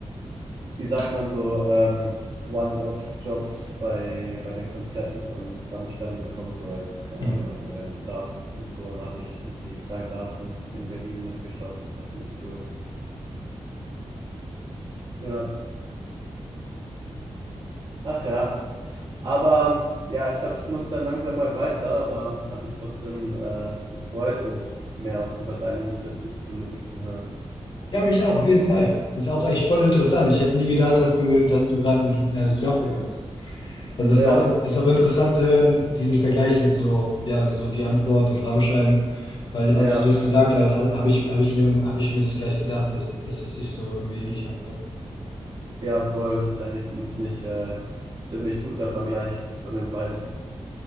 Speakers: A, on the right; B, on the left.
A: wie sagt man so, ähm, Once-off-Jobs bei, bei den Konzerten von Rammstein bekommen, so als, keine
B: Mhm.
A: Ahnung, als Event-Staff und so. Und da habe ich irgendwie drei Daten in Berlin mitgeschaut. Das war ziemlich cool. Ja. Ach ja. Aber ja, ich glaube, ich muss dann langsam mal weiter, aber hat mich trotzdem äh, gefreut und mehr auch über deinen Bezug zur Musik zu hören.
B: Ja, mich auch, auf jeden Fall. Ist auch echt voll interessant. Ich hätte nie gedacht, dass du, dass du gerade in äh, Südafrika bist. Also es
A: Ja,
B: ist auch, ist auch interessant zu hören, diesen Vergleich mit so, ja, so die Antwort und Rammstein. Weil als
A: ja,
B: du das gesagt hast, ha- habe ich, hab ich mir, hab ich mir das gleich gedacht, dass es, dass es sich so irgendwie ähnlich anhört.
A: ja, voll. Das ist eigentlich ein ziemlich, äh, ziemlich guter Vergleich von den beiden.